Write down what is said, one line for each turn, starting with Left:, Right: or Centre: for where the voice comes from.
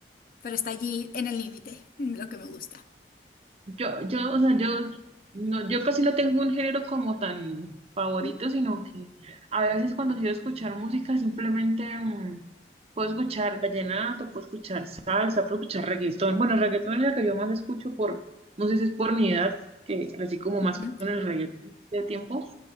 Left: pero está allí en el límite, lo que me gusta.
Right: Yo, yo, o sea, yo, no, yo casi no tengo un género como tan favorito,
Left: Ujú,
Right: sino que a veces cuando quiero escuchar música simplemente mm, puedo escuchar vallenato, puedo escuchar salsa, puedo escuchar reggaetón. Bueno, el reggaetón es la que yo más escucho por, no sé si es por mi edad, que crecí como
Left: ujú.
Right: más con el reggaetón de tiempo,